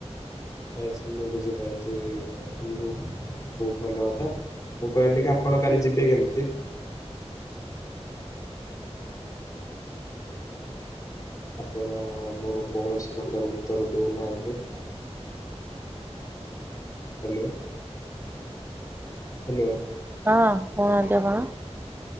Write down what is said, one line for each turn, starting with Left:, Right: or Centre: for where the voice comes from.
Left: ଆଚ୍ଛା ମୁଁ ବୁଝି ପାରୁଛି ବହୁତ ଭଲ କଥା। ମୁଁ କହିଲି କି ଆପଣ କାଲି ଯିବେ କେମିତି? ଆପଣ ମୋର କୌଣସି କଥାର ଉତ୍ତର ଦେଉନାହାନ୍ତି। Hello hello.
Right: ହଁ କହୁନାହାନ୍ତି ଆପଣ।